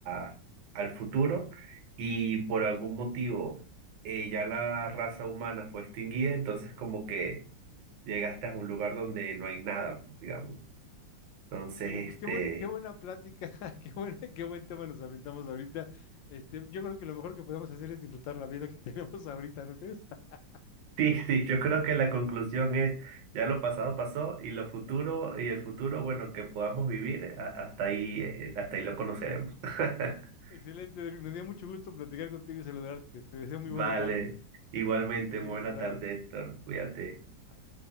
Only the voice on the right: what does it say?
a- al futuro y por algún motivo eh, ya la raza humana fue extinguida, entonces como que llegaste a un lugar donde no hay nada, digamos. Entonces,
este,
sí, <laughs> sí, yo creo que la conclusión es, ya lo pasado pasó y lo futuro, y el futuro, bueno, que podamos vivir, a- hasta ahí, eh, hasta ahí lo conoceremos. <laughs>
Vale,
igualmente,
buena
tarde, Héctor, cuídate.